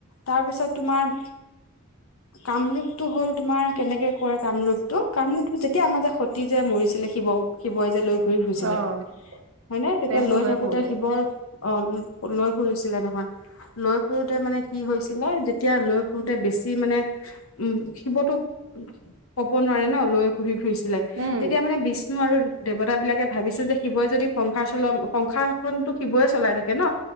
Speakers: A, on the left; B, on the right.
A: তাৰপিছত তোমাৰ। কামৰূপটো হ'ল। তোমাৰ কেনেকে কয় কামৰূপটো কামৰূপটো যেতিয়া আমাৰ যে সতি যে মৰিছিলে শিৱ শিৱই যে লৈ। ঘূৰি ফুৰিছিলে
B: অ',
A: হয় ন তেতিয়া
B: দেহটো
A: লৈ থাকোতে
B: ফুৰোতে
A: শিৱৰ অ লৈ ফুৰিছিলে নহয়, লৈ ফুুৰোতে মানে কি হৈছিলে যেতিয়া লৈ ফুুৰোতে বেছি মানে উম শিৱতোক কব নোৱাৰে ন লৈ ঘুৰি ফুৰিছিলে
B: উম,
A: তেতিয়া মানে বিষ্ণু আৰু দেৱতাবিলাকে ভাবিছিল যে শিৱই যদি সংসাৰ চলোৱা সংসাৰ খনতো শিৱয়ে চলাই থাকে ন।